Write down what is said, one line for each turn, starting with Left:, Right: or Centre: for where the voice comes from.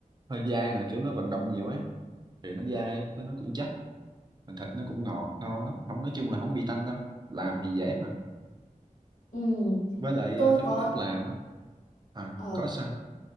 Right: hơi dai nè kiểu nó vận động nhiều ấy thì nó dai với nó cũng chắc mà thịt nó cũng ngọt ngon lắm không nói chung là không bị tanh đâu làm thì dễ mà
Left: Ừ.
Right: với lại
Left: tôi
Right: à, phải
Left: có
Right: biết cách làm á à
Left: ờ
Right: có sao